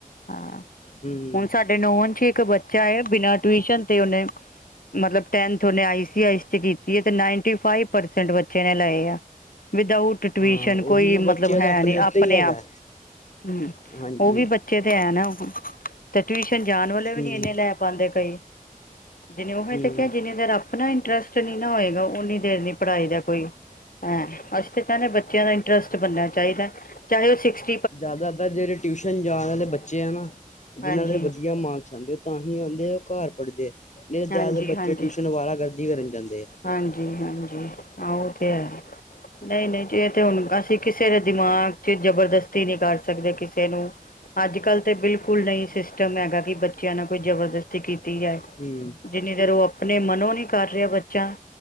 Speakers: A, on the left; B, on the left.
A: ਹਾਂ,
B: ਹਮ
A: ਹੁਣ ਸਾਡੇ ਸਾਡੇ ਨੌਅਨ ਚ' ਇਕ ਬੱਚਾ ਹੈ, ਬਿਨਾਂ ਟਿਊਸ਼ਨ ਤੇ ਉਹਨੇ ਮਤਲਬ ਟੈਂਥ ਔਨੇ ਆ ਸੀ ਆ ਸੀ ਕੀਤੀ ਏ, ਤੇ ਨਾਈਨਟੀ-ਫਾਈਵ ਪਰਸੈਂਟ ਬੱਚੇ ਨੇ ਲਏ ਆ ਵਿਦਾਊਟ ਟਊਸ਼ਨ
B: ਹਾਂ ਉਹੀ
A: ਕੋਈ
B: ਨਾ
A: ਮਤਲਬ
B: ਬੱਚੇ
A: ਹੈ
B: ਦੇ
A: ਨੀ
B: ਉੱਤੇ
A: ਆਪਣੇ
B: ਹੀ ਹੈਗਾ
A: ਆਪ ਹਮ,
B: ਹਾਂਜੀ
A: ਉਹ ਵੀ ਬੱਚੇ ਤੇ ਐ ਨਾ ਹੁਣ ਤੇ ਟਿਊਸ਼ਨ ਜਾਣ ਵਾਲੇ ਵੀ
B: ਹਮ
A: ਨੀ ਇਨੇ ਲੈ ਪਾਉਂਦੇ ਕਈ, ਜਿਨੇ ਉਹ
B: ਹਮ
A: ਤੇ ਕਿਹਾ ਜਿੰਨੇ ਦੇਰ ਆਪ ਆਪਣਾ ਇੰਟਰਸਟ ਨਹੀਂ ਨਾ ਹੋਏਗਾ, ਓਨੀ ਦੇਰ ਨੀ ਪੜ੍ਹਾਈ ਦਾ ਕੋਈ ਹਾਂ, ਅਸੀਂ ਤਾਂ ਕਹਨੇ ਆ ਬੱਚਿਆਂ ਦਾ ਇੰਟਰਸਟ ਬਣਨਾ ਚਾਹੀਦਾ ਹੈ। ਚਾਹੇ ੳਹ ਸਿਕਸਥ
B: ਜ਼ਿਆਦਾਤਰ ਜਿਹੜੇ ਟਿਊਸ਼ਨ ਜਾਣ ਵਾਲੇ ਬੱਚੇ ਆ ਨਾ, ਜਿਹਨਾਂ
A: ਹਾਂਜੀ
B: ਦੇ ਵਧੀਆ ਮਾਰਕਸ ਆਉਂਦੇ ਤਾਂ ਹੀ ਆਉਦੇ ਉਹ ਘਰ ਪੜ੍ਹਦੇ, ਨਹੀਂ ਜ਼ਿਆਦਾਤਰ
A: ਹਾਂਜੀ
B: ਬੱਚੇ
A: ਹਾਂਜੀ
B: ਟਿਊਸ਼ਨ ਆਵਾਰਾ ਗਰਦੀ ਕਰਨ ਜਾਂਦੇ
A: ਹਾਂਜੀ-ਹਾਂਜੀ, ਹਾਂ ਉਹ ਤੇ ਹੈ ਨਈਂ-ਨਈਂ ਜੇ ਇਹ ਤੇ ਹੁਣ ਅਸੀਂ ਕਿਸੇ ਦੇ ਦਿਮਾਗ ਚ ਜਬਰਦਸਤੀ ਨਹੀਂ ਕਰ ਸਕਦੇ ਕਿਸੇ ਨੂੰ। ਅੱਜ ਕੱਲ ਤੇ ਬਿਲਕੁਲ ਨਹੀਂ ਸਿਸਟਮ ਹੈਗਾ ਕਿ ਬੱਚਿਆਂ ਨਾਲ ਕੋਈ ਜਬਰਦਸਤ ਕੀਤੀ ਜਾਏ
B: ਹਮ
A: ਜਿੰਨੀ ਦੇਰ ਉਹ ਆਪਣੇ ਮਨੋ ਨੀ ਕਰ ਰਿਹਾ ਬੱਚਾ